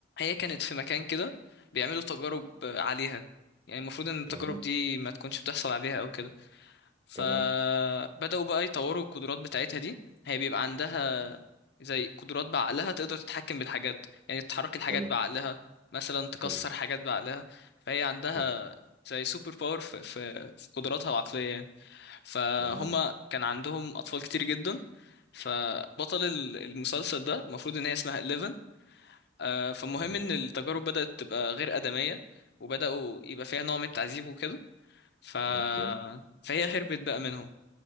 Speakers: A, on the left (about 60°); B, on the right (about 25°).
A: كانت في مكان كده بيعملوا تجارب عليها يعني المفروض إن التجارب
B: تمام
A: دي ما تكونش بتحصل عليها أو كده فبدأوا
B: تمام
A: بقى يطوروا القدرات بتاعتها دي هي بيبقى عندها زي قدرات بعقلها تقدر تتحكم بالحاجات يعني تحرك الحاجات
B: حلو
A: بعقلها مثلا تكسر
B: حلو
A: حاجات بعقلها فهي عندها
B: حلو
A: زي سوبر باور في, في, في قدراتها العقلية يعني فهم
B: تمام
A: كان عندهم أطفال كتير جدا فبطل ال- المسلسل ده المفروض إن هي اسمها 11 آه، فالمهم
B: تمام
A: إن التجارب بدأت تبقى غير آدمية وبدأوا يبقى فيها نوع من التعذيب وكده ف...
B: اوكي
A: فهي هربت بقى منهم